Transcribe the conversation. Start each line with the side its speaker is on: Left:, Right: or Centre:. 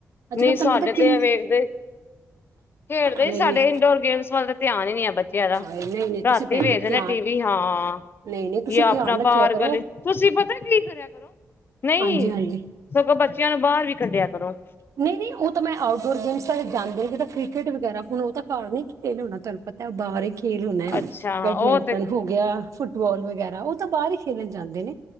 Right: ਅੱਜ
Left: ਨਹੀਂ
Right: ਕੱਲ੍ਹ
Left: ਸਾਡੇ
Right: ਤੁਹਾਨੂੰ ਪਤਾ
Left: ਤੇ
Right: ਕਿੰਨੇ
Left: ਐ ਵੇਖਦੇ। ਖੇਡਦੇ
Right: ਨਹੀਂ
Left: ਹੀ ਸਾਡੇ
Right: ਨਹੀਂ
Left: ਇੰਡੋਰ ਗੇਮਸ ਵੱਲ ਤਾਂ ਧਿਆਨ ਹੀ ਨਹੀਂ ਹੈ। ਜਿਆਦਾ
Right: ਹਾਂ ਨਹੀਂ ਨਹੀਂ ਤੁਸੀਂ
Left: ਰਾਤੀ
Right: ਭੈਣ
Left: ਵੇਖਦੇ
Right: ਜੀ ਧਿਆਨ
Left: ਨੇ ਟੀ ਵੀ ਹਾਂ
Right: ਨਹੀਂ ਨਹੀਂ ਤੁਸੀਂ
Left: ਜਾਂ
Right: ਧਿਆਨ
Left: ਆਪਣਾ
Right: ਰੱਖਿਆ
Left: ਬਾਹਰ
Right: ਕਰੋ
Left: ਗਲੀ ਤੁਸੀਂ ਪਤਾ ਕੀ ਕਰਿਆ ਕਰੋ ਨਹੀਂ
Right: ਹਾਂਜੀ ਹਾਂਜੀ
Left: ਸਗੋਂ ਬੱਚਿਆਂ ਨੂੰ ਬਾਹਰ ਵੀ ਕੱਢਿਆ ਕਰੋ।
Right: ਨਹੀਂ ਨਹੀਂ ਉਹ ਤਾਂ ਮੈਂ ਆਊਟਡੋਰ ਗੇਮਸ ਬਾਰੇ ਜਾਣਦੀ ਨੀ ਤਾਂ ਕ੍ਰਿਕਟ ਵਗੈਰਾ ਹੁਣ ਉਹ ਤਾਂ ਘਰ ਨੀ ਕਿਤੇ ਲਿਆਉਣਾ ਤੁਹਾਨੂੰ ਪਤਾ। ਬਾਹਰ ਰਹੀ। ਖੇਲ ਹੋਣਾ
Left: ਅੱਛਾ ਹਾਂ
Right: ਬੈਡਮਿੰਟਨ
Left: ਉਹ ਤੇ
Right: ਹੋ ਗਿਆ ਫੁੱਟਬਾਲ। ਫੁਟਬਾਲ ਵਗੈਰਾ ਉਹ ਤਾਂ ਬਾਹਰ ਹੀ ਖੇਲਣ। ਜਾਂਦੇ ਨੇ